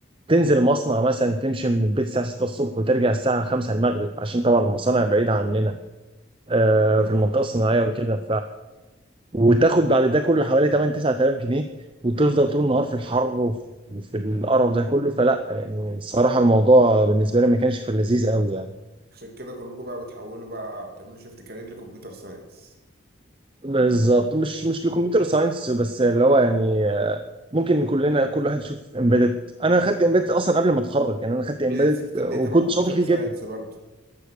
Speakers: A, on the right; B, on the right.
A: تنزل مصنع مثلا تمشي من البيت الساعه 6 الصبح وترجع الساعه 5 المغرب عشان طبعا المصانع بعيده عننا آه
B: أيوة.
A: في المنطقه الصناعيه وكده وتاخد بعد ده كله حوالي 8 9000 جنيه وتفضل طول النهار في الحر وفي في القرف ده كله فلا يعني الصراحه الموضوع بالنسبه لي ما كانش في اللذيذ قوي يعني
B: عشان كده كلكم بقى بتحولوا بقى بتعملوا شيفت كارير لكمبيوتر ساينس
A: بالظبط مش مش لكمبيوتر ساينس بس اللي هو يعني آه، ممكن كلنا كل واحد يشوف امبيدد انا خدت امبيدد اصلا قبل ما اتخرج يعني انا خدت
B: والبيزنس
A: امبيدد
B: سيستم
A: وكنت
B: دي تبع كمبيوتر
A: شاطر فيه
B: ساينس
A: جدا
B: برضه